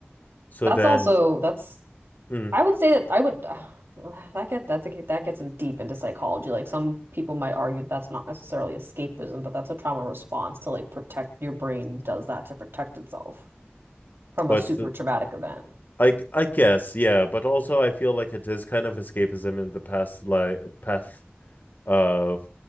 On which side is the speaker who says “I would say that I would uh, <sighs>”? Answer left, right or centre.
Right